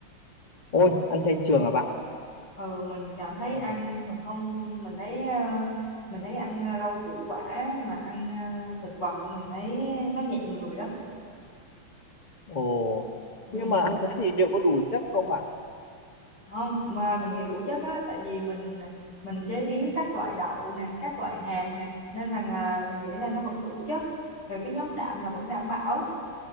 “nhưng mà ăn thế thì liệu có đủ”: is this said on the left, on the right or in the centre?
Left